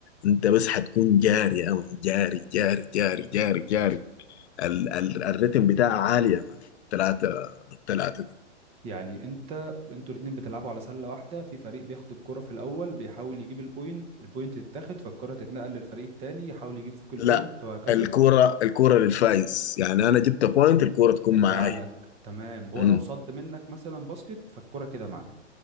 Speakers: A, on the left; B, on the right.
A: انت بس حتكون جاري يا مان جاري جاري جاري جاري جاري ال ال الريتم بتاعها عالي يا مان تلاتة ضد تلاتة
B: يعني انت انتوا الاتنين بتلعبوا على سله واحده في فريق بياخد الكره في الاول بيحاول يجيب البوينت البوينت تتاخد فالكره تتنقل للفريق التاني يحاول يجيب فوق البوينت
A: لا
B: وهكذا
A: الكورة الكورة للفايز يعني أنا جبت بوينت الكورة تكون
B: ترجع
A: معاي
B: لك تمام هو
A: مم.
B: لو صد منك مثلا باسكت فالكره كده معاه